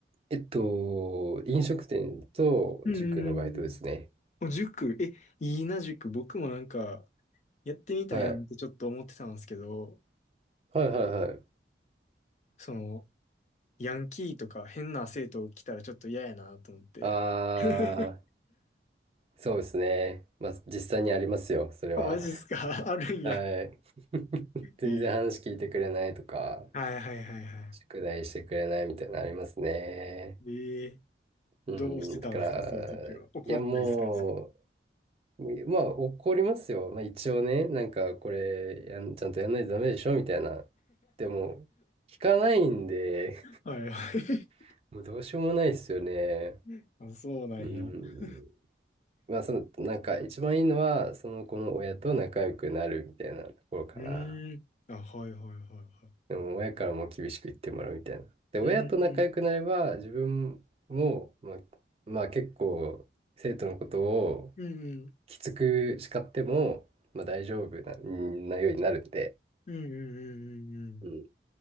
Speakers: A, on the right; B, on the left.
A: えっと、飲食店と塾のバイトですね。
B: うん。もう塾、え、いいな、塾。僕もなんか、やってみたいなってちょっと思ってたんですけど、
A: はい。はいはいはい。
B: なその、ヤンキーとか変な生徒来たらちょっと嫌やなと思って。
A: あ
B: <laughs>
A: ー、そうですね。まあ、実際にありますよ、それは。
B: あ、マジっすか <laughs> あるんや。
A: はい。<laughs> 全然話聞いてくれないとか、
B: えーはいはいはいは
A: 宿題してくれないみたいなのありますね。
B: い。えー
A: うん、
B: どうしてたんですかそういう時は。
A: だから、いやも
B: 怒ったりするんですか
A: う、まあ怒りますよ。まあ一応ね、
B: <laughs>
A: なんかこれやん、ちゃんとやんないとダメでしょみたいな。でも、聞かないんで、
B: はいはい。
A: <laughs> もうどうしようもないですよね。
B: <laughs> あ、そうなんや。
A: うん。
B: う
A: まあその、なんか一番いいのは、その子の親と仲良くなるみたいなところかな。
B: ーん。あ、はいはいはいは
A: でも親からも厳しく言ってもらうみたいな。で、親と仲良くなれば、
B: い。うーん。
A: 自分も、まあ、まあ結構、生徒のことを
B: うんうん
A: きつく叱っても、まあ大丈夫な、なようになるんで、
B: うんうんうんうんうん。
A: うん。